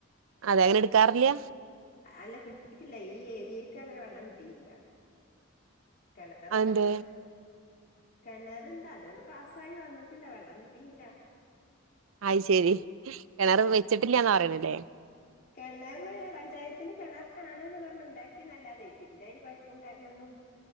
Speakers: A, on the right; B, on the left.
A: അതെ, അങ്ങനെ, എടുക്കാറില്ല
B: അല്ല, കിട്ടിട്ടില്ല, ഈ ഏരിയക്ക്, അങ്ങനെ, വെള്ളം കിട്ടില്ല കെണറൊക്കെണ്ട്,
A: അതെന്തേ
B: പക്ഷെ കെണറുണ്ട്, അതണ്ട്, പാസ്സായി, വന്നിട്ടില്ല വെള്ളം, കിട്ടിയില്ല
A: അയ്ശെരി, കെണറ്, വെച്ചിട്ടില്ലാന്നാ, പറയണല്ലേ
B: കെണറ്, പഞ്ചായത്തിന്, കിണറുണ്ടന്ന് പറഞ്ഞ് ണ്ടാക്കിന്നല്ലാതെയ്, പിന്നയില്, കൊയപ്പോം, കാര്യൊന്നും